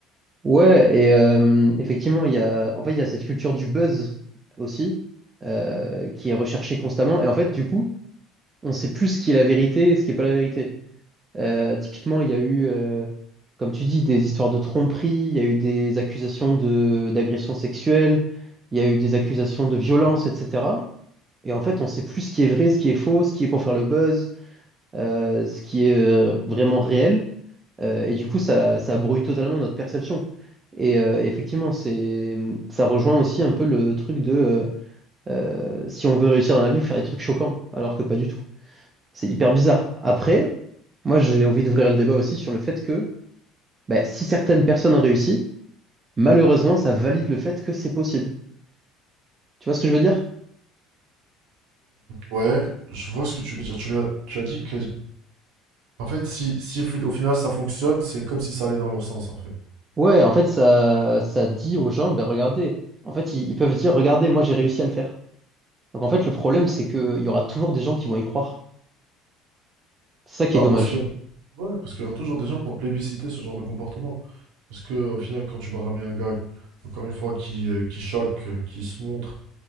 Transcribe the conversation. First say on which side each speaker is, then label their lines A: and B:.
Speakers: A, on the right; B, on the right.
A: Ouais, et euh, effectivement, il y a, en fait, il y a cette culture du buzz aussi, euh, qui est recherchée constamment. Et en fait, du coup, on sait plus ce qui est la vérité et ce qui n'est pas la vérité. Euh, typiquement, il y a eu, euh, comme tu dis, des histoires de tromperie, il y a eu des accusations de, d'agression sexuelle, il y a eu des accusations de violence, etc. Et en fait, on sait plus ce qui est vrai, ce qui est faux, ce qui est pour faire le buzz euh, ce qui est euh, vraiment réel. Euh, et du coup, ça, ça brouille totalement notre perception. Et euh, effectivement, c'est, ça rejoint aussi un peu le truc de euh, euh, si on veut réussir dans la vie, faut faire des trucs choquants, alors que pas du tout. C'est hyper bizarre. Après, moi, j'ai envie d'ouvrir le débat aussi sur le fait que bah, si certaines personnes ont réussi, malheureusement, ça valide le fait que c'est possible. Tu vois ce que je veux dire?
B: Ouais, je vois ce que tu veux dire. Tu as, tu as dit que, en fait, si, si au final ça fonctionne, c'est comme si ça allait dans leur sens, en fait.
A: Ouais, en fait, ça, ça dit aux gens, ben regardez, en fait, ils, ils peuvent dire, regardez, moi, j'ai réussi à le faire. Donc en fait, le problème, c'est qu'il y aura toujours des gens qui vont y croire. C'est ça qui
B: Bah,
A: est dommage.
B: parce que, ouais, parce qu'il y aura toujours des gens pour plébisciter ce genre de comportement. Parce que, au final, quand tu vas ramener un gars, encore une fois, qui, euh, qui choque, euh, qui se montre,